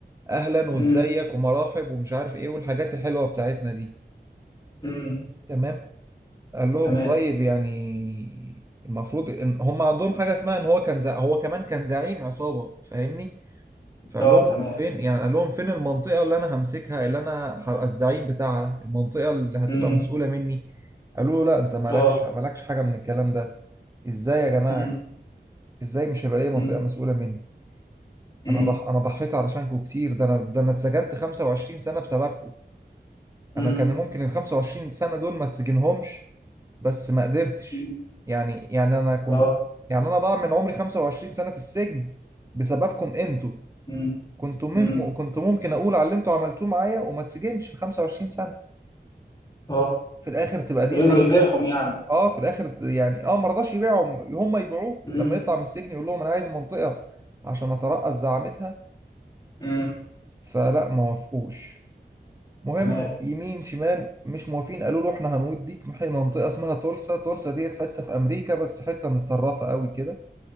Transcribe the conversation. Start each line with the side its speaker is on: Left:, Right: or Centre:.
Right: أهلا
Left: مم.
Right: وإزيك ومراحب ومش عارف إيه والحاجات الحلوة بتاعتنا دي
Left: مم.
Right: تمام قال لهم
Left: تمام
Right: طيب يعني المفروض إن هم عندهم حاجة اسمها إن هو كان زع... هو كمان كان زعيم عصابة فاهمني فقال
Left: اه
Right: لهم
Left: تمام
Right: فين يعني قال لهم فين المنطقة اللي أنا همسكها اللي أنا هبقى الزعيم بتاعها المنطقة اللي هتبقى
Left: مم.
Right: مسؤولة مني قالوا له لا أنت مالكش
Left: اه
Right: مالكش حاجة من الكلام ده ازاي يا جماعة
Left: مم.
Right: ازاي مش هيبقى ليا منطقة
Left: مم.
Right: مسؤولة مني
Left: مم.
Right: انا ضح انا ضحيت علشانكم كتير ده انا ده انا اتسجنت 25 سنة بسببكم
Left: مم.
Right: انا كان ممكن ال 25 سنة دول ما اتسجنهمش بس ما قدرتش
Left: مم.
Right: يعني يعني انا كنت
Left: اه
Right: يعني انا ضاع من عمري 25 سنة في السجن بسببكم انتوا
Left: مم.
Right: كنتوا مم...
Left: مم.
Right: كنت ممكن اقول على اللي انتوا عملتوه معايا وما اتسجنش ال 25 سنة
Left: اه
Right: في الاخر تبقى دي
Left: بيقدر
Right: نهاية
Left: يبيعهم يعني
Right: اه في الاخر د- يعني اه ما رضاش يبيعهم هم يبيعوه
Left: مم.
Right: لما يطلع من السجن يقول لهم انا عايز منطقة عشان اترأس زعامتها
Left: مم.
Right: فلا ما وافقوش مهم
Left: تمام
Right: يمين شمال مش موافقين قالوا له احنا هنوديك مح- منطقة اسمها تولسا تولسا ديت حتة في أمريكا بس حتة متطرفة قوي كده